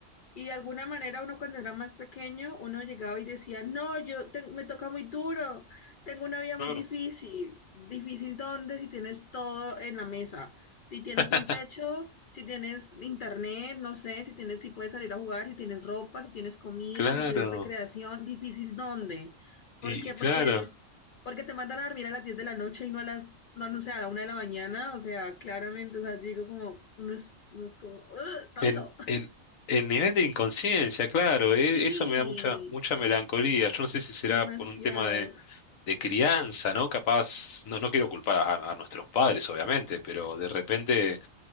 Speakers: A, on the left; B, on the left.
A: y de alguna manera uno cuando era más pequeño, uno llegaba y decía, no, yo te- me toca muy duro, tengo una vida
B: Claro.
A: muy difícil. ¿Difícil dónde? Si tienes todo en la mesa, si tienes
B: <laughs>
A: un techo, si tienes internet, no sé, si tienes, si puedes salir a jugar, si tienes ropa, si tienes comida,
B: Claro.
A: si tienes recreación, ¿difícil dónde? ¿Por
B: Y
A: qué?
B: y claro,
A: Porque, porque te mandan a dormir a las 10 de la noche y no a las, no, no sé, a la 1 de la mañana, o sea, claramente, o sea, digo como, uno es, uno es como, "Ugh, tonto.
B: el, el, el nivel de inconsciencia, claro, e-
A: Sí,
B: eso me da mucha, mucha melancolía. Yo no sé si será
A: demasiado.
B: por un tema de, de crianza, ¿no? Capaz, no, no quiero culpar a, a nuestros padres, obviamente, pero de repente,